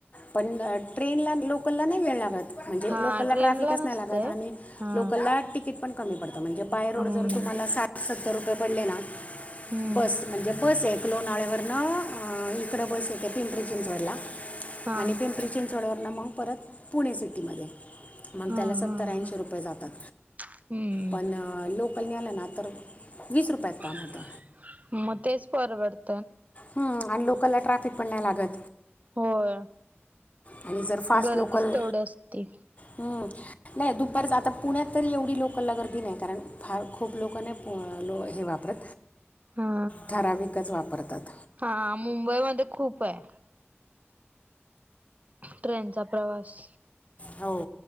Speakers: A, on the left (about 35°); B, on the right (about 35°).
A: पण ट्रेनला न लोकलला नाही वेळ लागतं. म्हणजे
B: हा
A: लोकलला
B: ट्रेन
A: ट्रॅफिकच
B: ला नसतय
A: नाही लागत, आणि
B: हा
A: लोकलला तिकीट पण कमी पडतात. आ म्हणजे बाय रोड
B: हम्म
A: जर तुम्हाला साठ सत्तर रुपये पडले ना
B: हम्म
A: बस म्हणजे बस एक लोणाळ्यावर न इकडे बस येते पिंपरी चिंचवडला
B: हा
A: आणि पिंपरी चिंचवड तिथनं मग परत पुणे सिटीमध्ये. मग
B: हा
A: त्याला सत्तरऐंशी
B: हा हा
A: रुपये जातात,
B: हम्म
A: पण लोक लोकलने आलं ना तर वीस रुपयात
B: <unintelligible>
A: काम होतं
B: मग तेच परवडत.
A: हम आणि लोकलला ट्रॅफिक पण नाही लागत.
B: होय.
A: आणि जर फास्ट
B: गर्दीच
A: लोकल
B: तेवढी असती
A: हम नाही दुपार जाता. पुण्यात तरी एवढी लोकला गर्दी नाही, कारण फार खूप लोक नाही हे लो वापरत.
B: हा
A: ठराविकच वापरतात.
B: हा मुंबई मध्ये खूपय ट्रेनचा प्रवास
A: हो